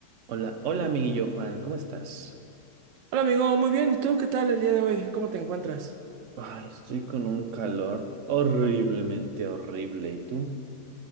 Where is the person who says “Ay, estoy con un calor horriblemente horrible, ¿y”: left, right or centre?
Right